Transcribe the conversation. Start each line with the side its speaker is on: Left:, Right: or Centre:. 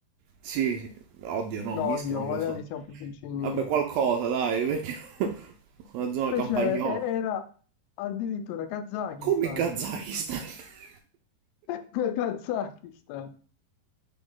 Right: sì, sì. oddio no,
Left: No,
Right: Minsk
Left: oddio,
Right: non
Left: magari
Right: lo so.
Left: siamo più vicini.
Right: Vabbè, qualcosa, dai, metti <laughs> una zona
Left: Invece
Right: campagnola.
Left: e- era addirittura Kazakistan.
Right: Come in Kazakistan? <laughs>
Left: <laughs> Kazakistan.